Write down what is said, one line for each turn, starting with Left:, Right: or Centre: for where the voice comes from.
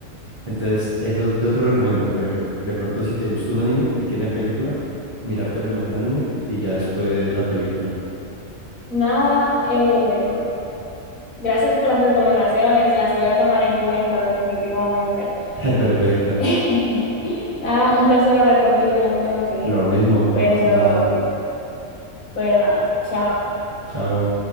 Right: Entonces, eso yo te lo recomiendo, por ejemplo. De pronto, si te gusta un anime y tiene película, mirarte primero el anime y ya después la película.
Left: nada, eh, gracias por las recomendaciones, las voy a tomar en cuenta definitivamente.
Right: <laughs> Perfecto.
Left: <laughs> Nada, un placer hablar contigo, ya me tengo que ir,
Right: Lo mismo, no
Left: pero,
Right: pasa nada.
Left: pero nada, chao.
Right: Chao.